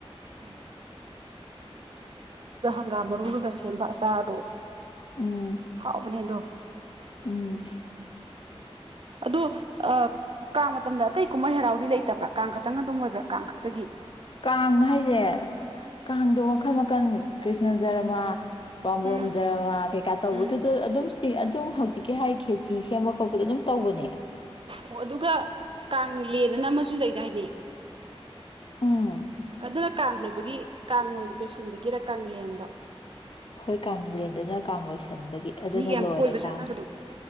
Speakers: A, on the right; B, on the left.
A: ꯎꯝ ꯍꯪꯒꯥꯝ ꯃꯔꯨꯒꯒ ꯁꯦꯝꯕ ꯑꯆꯥꯔꯗꯣ
B: ꯎꯝ
A: ꯍꯥꯎꯕꯅꯦꯗꯣ
B: ꯎꯝ
A: ꯑꯗꯨ ꯑ ꯀꯥꯡ ꯃꯇꯝꯗ ꯑꯇꯩ ꯀꯨꯝꯍꯩ ꯍꯔꯥꯎꯗꯤ ꯂꯩꯇꯕ꯭ꯔꯥ ꯀꯥꯡ ꯈꯛꯇꯪ ꯑꯗꯨꯝ ꯑꯣꯏꯕ꯭ꯔꯥ ꯀꯥꯡ ꯈꯛꯇꯒꯤ
B: ꯀꯥꯡ ꯍꯥꯏꯁꯦ ꯀꯥꯡꯗꯣ ꯃꯈꯜ ꯃꯈꯜ ꯀ꯭ꯔꯤꯁꯅ ꯙꯔꯃꯥ ꯕꯥꯃꯣꯟꯖꯔꯃ
A: ꯎꯝ
B: ꯀꯩꯀꯥ ꯇꯧꯕꯗꯨꯗ
A: ꯎꯝ
B: ꯑꯗꯨꯝ ꯁꯤ ꯑꯗꯨꯝ ꯍꯧꯖꯤꯛꯀꯤ ꯍꯥꯏꯈꯔꯤꯁꯤ ꯁꯦꯝꯕ ꯈꯣꯠꯄꯗ ꯑꯗꯨꯝ ꯇꯧꯕꯅꯦ
A: ꯑꯣ ꯑꯗꯨꯒ ꯀꯥꯡ ꯃꯦꯗꯅ ꯑꯃꯁꯨ ꯂꯩꯗꯥꯏꯅꯦ
B: ꯎꯝ
A: ꯑꯗꯨꯅ ꯀꯥꯡ ꯂꯣꯏꯕꯒꯤ ꯀꯥꯡ ꯂꯣꯏꯁꯤꯟꯕꯒꯤꯔ ꯀꯥꯡꯂꯦꯟꯗꯣ
B: ꯍꯣꯏ ꯀꯥꯡꯂꯦꯟꯗꯅ ꯀꯥꯡ ꯂꯣꯏꯁꯟ ꯁꯟꯕꯒꯤ ꯑꯗꯨꯅ
A: ꯃꯤꯒ ꯌꯥꯝ
B: ꯂꯣꯏꯔꯦ
A: ꯀꯣꯏꯕ ꯆꯠꯅꯕꯗꯣ
B: ꯀꯥꯡꯗꯤ